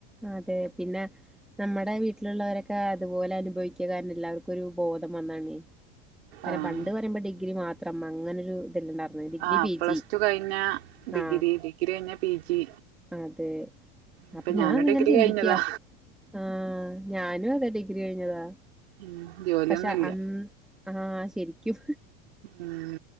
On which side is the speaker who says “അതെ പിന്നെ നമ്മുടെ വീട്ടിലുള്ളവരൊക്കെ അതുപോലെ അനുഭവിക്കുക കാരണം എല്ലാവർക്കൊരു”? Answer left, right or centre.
Centre